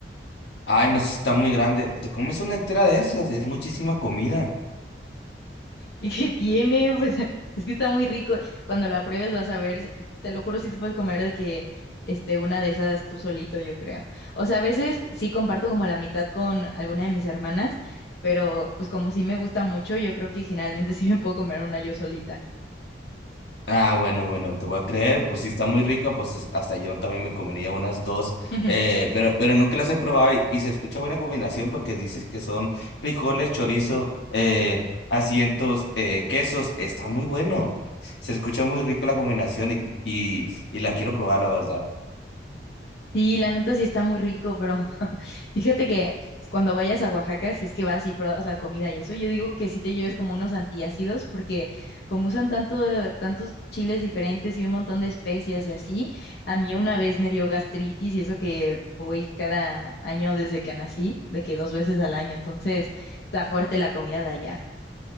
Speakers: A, on the left (about 75°); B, on the left (about 65°).
A: Ay, no, si está muy grande. Te comes una entera de esas, es muchísima comida.
B: ¿Y qué tiene? Pues <laughs> es que está muy rico. Cuando la pruebes vas a ver, si- te lo juro, si te puedes comer de que este, una de esas tú solito, yo creo. O sea, a veces sí comparto como la mitad con alguna de mis hermanas, pero pues como sí me gusta mucho, yo creo que generalmente <laughs> sí me puedo comer una yo solita.
A: Ah, bueno, bueno, te voy a creer. Pues si está muy rica, pues es- hasta yo también me comería unas dos.
B: <laughs>
A: Eh, pero, pero nunca las he probado y, y se escucha buena combinación porque dices que son frijoles, chorizo, eh, asientos, eh, quesos. Está muy bueno. Se escucha muy rico la combinación y, y, y la quiero probar, la verdad.
B: Sí, la neta sí está muy rico, pero <laughs> fíjate que cuando vayas a Oaxaca, si es que vas y pruebas la comida y eso, yo digo que sí te lleves como unos antiácidos, porque como usan tanto, tantos chiles diferentes y un montón de especias y así, a mí una vez me dio gastritis y eso que voy cada año desde que nací, de que dos veces al año, entonces está fuerte la comida de allá.